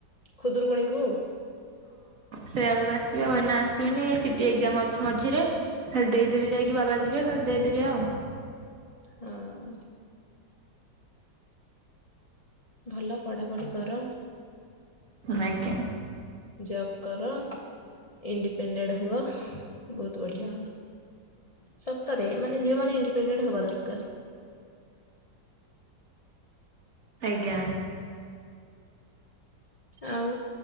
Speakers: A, on the left (about 40°); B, on the right (about 50°).
A: ଖୁଦରୁକୁଣୀକୁ?
B: ସେଇଆଡ଼ କୁ ଆସିବି ଆଉ ଏଇନା ଆସିବିନି ସିଟି ଏକ୍ଜାମ ଅଛି ମଝିରେ ଖାଲି ଦେଇଦେବି ଯାଇକି ବାବା ଯିବେ ଖାଲି ଦେଇଦେବି ଆଉ।
A: ହଁ। ଭଲ ପଢ଼ାପଢ଼ି କର।
B: ଆଜ୍ଞା
A: ଜବ୍ କର ଇଣ୍ଡିପେଣ୍ଡେଣ୍ଟ ହୁଅ। ବହୁତ ବଢ଼ିଆ ସତରେ ମାନେ ଝିଅ ମାନେ ଇଣ୍ଡିପେଣ୍ଡେଣ୍ଟ ହବା ଦରକାର।
B: ଆଜ୍ଞା।
A: ଆଉ